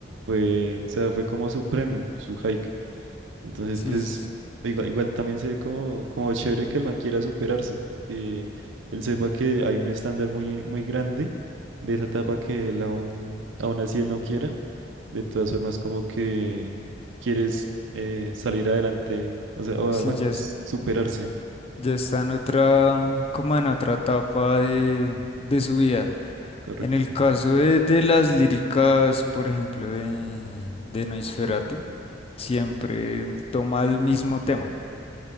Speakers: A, on the right; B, on the left.
A: fue, o sea, fue como su premium, su hike. Entonces
B: Sí,
A: pues
B: sí, sí.
A: igual, igual también se ve como, como chévere que el man quiera superarse, que él sepa que hay un estándar muy, muy grande de esa etapa que él aún, aún así él no quiera. De todas formas como que quieres eh, salir adelante, o sea, o,
B: Sí,
A: bueno,
B: ya,
A: s-
B: es-
A: superarse,
B: ya está en otra, como en otra etapa de, de su vida.
A: correcto.
B: En el caso de, de las líricas, por ejemplo, de, de Noisferatu, siempre toma el mismo tema.